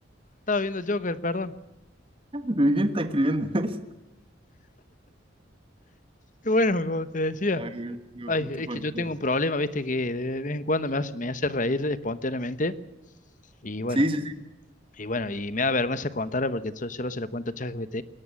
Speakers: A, on the left (about 40°); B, on the right (about 25°).
A: estaba viendo Joker, perdón.
B: ¿Y quién está escribiendo eso?
A: Qué bueno, como te decía.
B: Ay, weón, lo
A: Ay,
B: justo
A: es
B: faltó.
A: que yo tengo un problema, viste, que de vez en cuando me hace, me hace reír espontáneamente. Y bueno,
B: Sí, sí, sí.
A: y bueno, y me da vergüenza contarlo porque yo solo se lo cuento a ChatGPT.